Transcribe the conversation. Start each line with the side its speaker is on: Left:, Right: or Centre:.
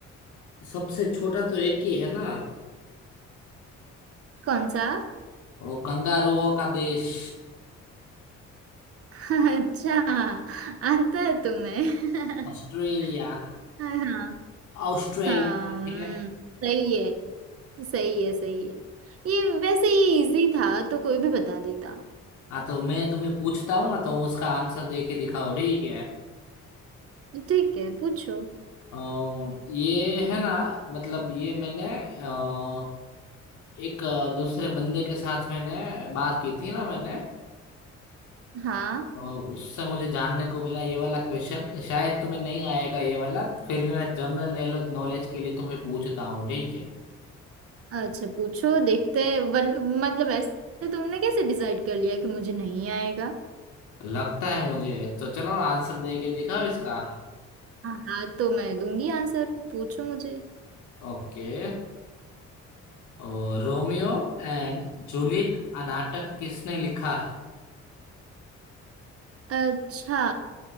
Left: सबसे छोटा तो एक ही है ना
Right: कौन सा
Left: वो कंगारुओं का देश
Right: <laughs> अच्छा आता है तुम्हें
Left: ऑस्ट्रेलिया
Right: <laughs> हाँ
Left: ऑस्ट्रेलिया
Right: हाँ
Left: ठीक
Right: हम्म,
Left: है
Right: सही है सही है सही है ये वैसे ये इजी था तो कोई भी बता देता
Left: हाँ तो मैं तुम्हें पूछता हूँ ना तो उसका आंसर दे के दिखाओ ठीक है
Right: ठीक है पूछो
Left: अ, ये है ना मतलब ये मैंने अ, एक अ, दूसरे बंदे के साथ मैंने बात की थी ना मैंने
Right: हाँ
Left: तो उससे मुझे जानने को मिला ये वाला क्वेश्चन शायद तुम्हें नहीं आएगा ये वाला फिर भी मैं जनरल नॉलेज के लिए तुम्हें पूछता हूँ ठीक है
Right: अच्छा पूछो देखते हैं वन, मतलब ऐसे तुमने कैसे डिसाइड कर लिया कि मुझे नहीं आएगा
Left: लगता है मुझे तो चलो आंसर दे के दिखाओ इसका
Right: हाँ हाँ, तो मैं दूंगी आंसर पूछो मुझे
Left: ओके और रोमियो एंड जूलियट आ नाटक किसने लिखा है
Right: अच्छा